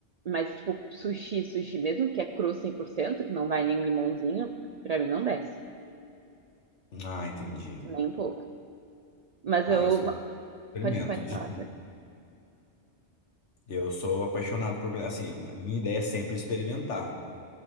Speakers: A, on the right; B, on the left.
A: mas tipo, sushi, sushi mesmo, que é cru 100% que não vai nem um limãozinho, pra mim não desce,
B: Ah, entendi.
A: nem um pouco. Mas
B: Ah,
A: eu,
B: eu experimento
A: pode, pode
B: de
A: falar,
B: tudo. Eu sou apaixonado por, assim, a minha ideia é sempre experimentar.